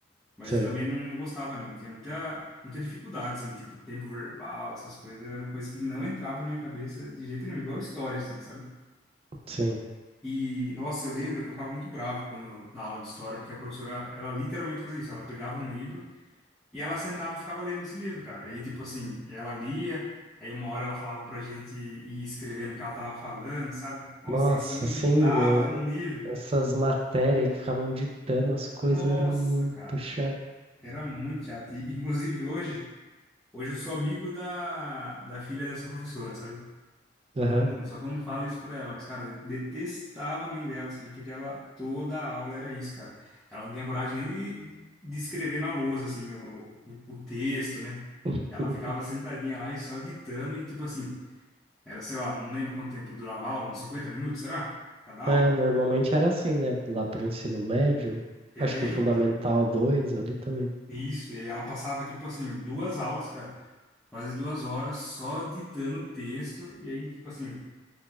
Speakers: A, in the centre; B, on the right (about 30°).
A: Mas
B: sei,
A: eu também não, não gostava, não. Eu tinha muita, muita dificuldade, assim, tipo, tempo verbal, essas coisas. Era uma coisa que não entrava na minha cabeça de jeito nenhum, igual história, assim, sabe?
B: sim.
A: E, nossa, eu lembro que eu ficava muito bravo quando, na aula de história, porque a professora, ela literalmente fazia isso. Ela pegava um livro e ela sentava e ficava lendo esse livro, cara. Aí, tipo assim, ela lia, aí uma hora ela falava pra gente ir escrevendo o que ela tava falando, sabe? Nossa,
B: Nossa,
A: isso me
B: assim,
A: irritava
B: né,
A: num nível.
B: essas matérias aí que ficavam ditando as coisas
A: Nossa,
B: era muito
A: cara.
B: chato.
A: Era muito chato. E, inclusive, hoje. Hoje eu sou amigo da, da filha dessa professora, sabe? Só
B: Aham.
A: que eu não, só que eu não falo isso pra ela, mas, cara, eu detestava a mãe dela, assim, porque ela, toda aula era isso, cara. Ela não tinha coragem nem de, de escrever na lousa, assim, o, o, o texto, né?
B: <laughs>
A: Ela ficava sentadinha lá e só ditando e, tipo assim, era, sei lá, não lembro quanto tempo durava a aula, uns 50 minutos, será? Cada aula?
B: É, normalmente era assim, né? Lá pro ensino médio,
A: É,
B: acho que o Fundamental
A: então.
B: 2 ali também.
A: Isso, e aí ela passava, tipo assim, duas aulas, cara, quase duas horas só ditando o texto, e aí, tipo assim.